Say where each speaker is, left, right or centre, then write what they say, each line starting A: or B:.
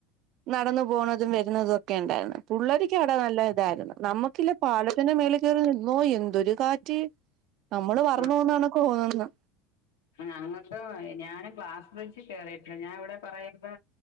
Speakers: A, on the right; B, on the left.
A: നടന്നു പോണതും വരു.... നിന്നതും ഒക്കെ ഉണ്ടായിരുന്നു പുള്ളേർക്ക് അവിടെ നല്ല ഇതായിരുന്നു നമ്മുക്കില്ല പാലത്തിന്റെ മേല കയറി നിന്ന തോ എന്തൊരു കാറ്റ് നമ്മള് വർന്ന
B: ആ
A: പോന്നാണ് തന്നുന്നത് <unintelligible>
B: ഞങ്ങൾക്ക് ഞാനും ക്ലാസ് ച്ച് കേറിട്ടോ ഞാൻ ഇവിടെ പറയുമ്പോ